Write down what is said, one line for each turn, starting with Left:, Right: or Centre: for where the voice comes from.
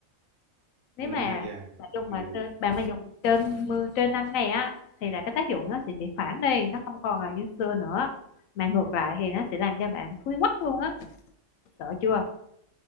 Left: nếu
Right: năm
Left: mà
Right: ngày vàng.
Left: bạn dùng
Right: Ừ.
Left: mà trên, bạn mà dùng trên mưa trên 5 ngày á thì là cái tác dụng nó sẽ bị phản đi nó không còn là như xưa nữa mà ngược lại thì nó sẽ làm cho bạn thui quắc luôn á sợ chưa